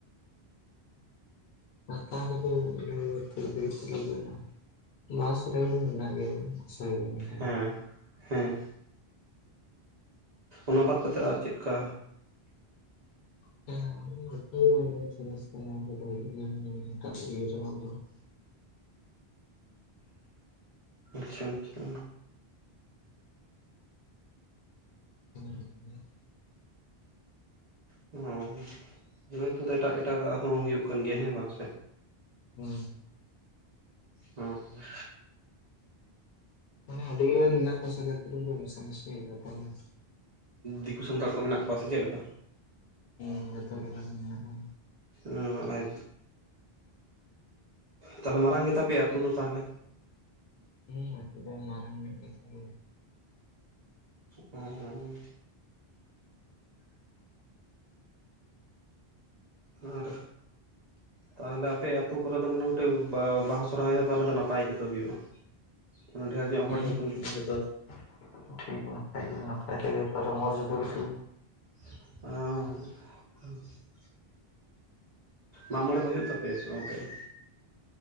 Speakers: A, on the left; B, on the right.
A: ᱯᱟᱛᱟ ᱠᱚ ᱫᱚ <unintelligible> ᱦᱩᱭᱩᱜ ᱛᱟᱞᱮ ᱜᱮᱭᱟ ᱱᱟᱦᱟᱜ ᱾ ᱵᱟᱦᱟ ᱥᱩᱨᱦᱟᱭ ᱠᱚᱫᱚ ᱢᱮᱱᱟᱜ ᱜᱮᱭᱟ <unintelligible>
B: ᱦᱮᱸ ᱦᱮᱸ ᱚᱱᱟ ᱵᱟᱫᱽ ᱠᱟᱛᱮᱫ ᱟᱨ ᱪᱤᱫᱠᱟ
A: <unintelligible>
B: ᱟᱪᱪᱷᱟ ᱟᱪᱪᱷᱟ
A: <unintelligible>
B: ᱦᱚᱸ ᱦᱚᱸ ᱚᱱᱟ ᱛᱮ ᱫᱚ ᱮᱴᱟᱜ ᱮᱴᱟᱜᱟᱜ ᱦᱚᱸ ᱦᱩᱭᱩᱜ ᱠᱟᱱ ᱜᱮᱭᱟ ᱦᱮᱸ ᱵᱟᱝ ᱥᱮ
A: ᱦᱩᱸ
B: ᱦᱚᱸ
A: ᱢᱟᱱᱮ ᱟᱹᱰᱤᱜᱟᱱ ᱢᱮᱱᱟᱜ ᱠᱚᱣᱟ ᱥᱮ ᱟᱞᱮ ᱟᱛᱩ ᱨᱮᱱ ᱫᱚ ᱢᱮᱥᱟ ᱢᱮᱥᱤ ᱟᱫᱚ ᱛᱟᱦᱚᱞᱮ
B: ᱫᱤᱠᱩ ᱥᱟᱱᱛᱟᱲ ᱠᱚ ᱢᱮᱱᱟᱜ ᱠᱚᱣᱟ ᱥᱮ ᱪᱮᱫ ᱞᱮᱠᱟ?
A: ᱦᱮᱸ ᱡᱚᱛᱚ ᱞᱮᱠᱟᱱ ᱢᱮᱱᱟᱜ-ᱟ᱾
B: ᱚ ᱟᱪᱪᱷᱟ ᱛᱟᱦᱞᱮ ᱢᱟᱨᱟᱝ ᱜᱮ ᱛᱟᱯᱮᱭᱟ ᱟᱛᱩ ᱫᱚ ᱛᱟᱦᱞᱮ?
A: ᱦᱮᱸ ᱟᱛᱩ ᱫᱚ ᱢᱟᱨᱟᱝ ᱧᱚᱜ ᱜᱮ ᱛᱟᱞᱮᱭᱟ᱾
B: ᱚ ᱟᱨ ᱛᱟᱦᱚᱞᱮ ᱟᱯᱮ ᱟᱛᱩ ᱠᱚᱨᱮ ᱫᱚ ᱢᱚᱴᱟᱢᱩᱴᱤ ᱵᱟᱦᱟ ᱥᱚᱨᱦᱟᱭ ᱦᱚᱸ ᱛᱟᱦᱚᱞᱮ ᱫᱚ ᱱᱟᱯᱟᱭ ᱜᱮᱛᱚ ᱦᱩᱭᱩᱜ-ᱟ? ᱚᱱᱟ ᱰᱷᱮᱨ ᱧᱚᱜ
A: ᱦᱩᱸ
B: ᱦᱚᱲ ᱡᱚᱠᱷᱚᱱ
A: ᱚᱱᱟ ᱠᱚᱫᱚ ᱴᱷᱤᱠ ᱱᱟᱯᱟᱭ ᱜᱮ ᱱᱟᱯᱟᱭ ᱛᱮᱜᱮ ᱯᱟᱨᱚᱢᱚᱜ-ᱟ ᱡᱚᱛᱚ ᱠᱤᱪᱷᱩ
B: ᱚ ᱢᱟᱜᱢᱚᱬᱮᱸ ᱠᱚ ᱦᱩᱭᱩᱜ ᱛᱟᱯᱮᱭᱟ ᱥᱮ ᱟᱯᱮ ᱫᱚ?